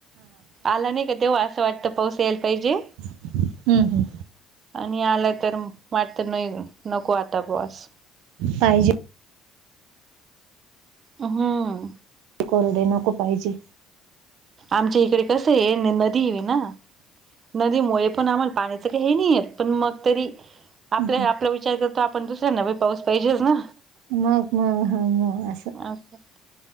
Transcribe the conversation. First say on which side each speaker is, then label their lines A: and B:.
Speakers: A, on the right; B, on the right.
A: आला नाही का, तेव्हा असं वाटतं पाऊस यायल पाहिजे.
B: हम्म. हम्म.
A: आणि आला तर वाटत नाही नको आता बॉस
B: पाहिजे
A: हां
B: कोरडे नको पाहिजे
A: आमच्या इकडे कसं आहे नदी आहे ना नदीमुळे पण आम्हाला पाण्याचं काही हे नाही आहेत पण मग तरी आपल्या
B: हम्म
A: आपला विचार करतो आपण दुसऱ्यांना बा पाऊस पाहिजेच ना
B: मग मग ह मग असं
A: आसत.